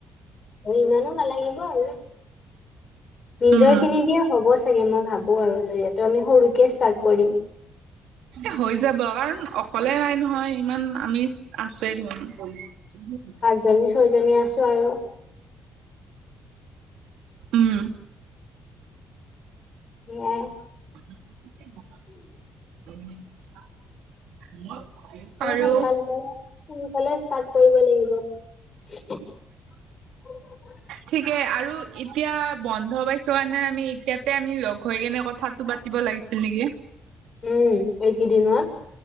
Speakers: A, on the left; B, on the right.
A: এই ইমানো নালাগিব আৰু নিজৰ
B: উম
A: খিনি দিয়ো হ'ব চাগে মই ভাবো আৰু যিহেতু আমি সৰুকে ষ্টাৰ্ট কৰিম
B: এ হৈ যাব কাৰণ অকলে নাই নহয় ইমান আমি আছোৱে দেখোন বহুত
A: জনী ছয়জনী আছো আৰু
B: উম
A: সেয়াই
B: <unintelligible>
A: তাকে
B: আৰু
A: সোনকাল সোনকালে ষ্টাৰ্ট কৰিব লাগিব <unintelligible>
B: ঠিকে আৰু এতিয়া বন্ধ পাইছো কাৰনে আমি এতিয়াতে আমি লগ হৈ কেনে কথা টো পাতিব লাগিছিল নেকি
A: উম এইকেইদিনত